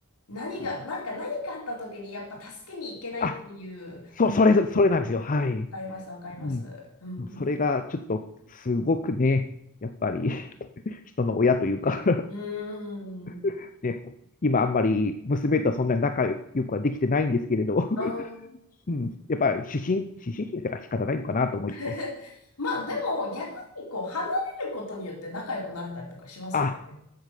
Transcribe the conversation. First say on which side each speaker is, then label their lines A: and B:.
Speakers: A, on the left; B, on the left.
A: 何が、
B: うん
A: なんか何かあった時にやっぱ助けに行けないっていう、
B: あ、そ、
A: うん、
B: それ、それなんですよ。はい。
A: わかります、わかります。
B: うん。
A: うん、うん。
B: それがちょっとすごくね、やっぱり <laughs> 人の親というか
A: うーん。
B: <laughs> ね、今あんまり娘とそんなに仲良くはできてないんですけれど、
A: あ。
B: うん、<laughs> やっぱり思春、思春期だから仕方ないのかなと思って、
A: <laughs> まあでも逆にこう離れることによって仲良くなれたりとかしますからね。
B: あ、